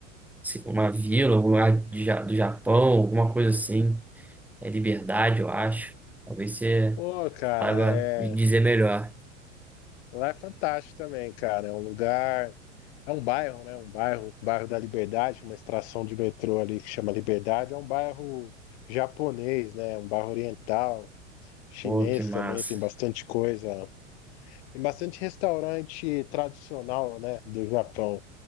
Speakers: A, in the centre; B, on the left.
A: se- uma vila, um lugar de Ja- do Japão, alguma coisa assim. É Liberdade, eu acho. Talvez você
B: Pô, cara,
A: saiba
B: é.
A: me dizer melhor.
B: Lá é fantástico também, cara. É um lugar. É um bairro, né? Um bairro, um bairro da Liberdade, uma estação de metrô ali que chama Liberdade. É um bairro japonês, né? Um bairro oriental, chinês
A: Pô, que massa.
B: também, tem bastante coisa. Tem bastante restaurante tradicional, né? Do Japão.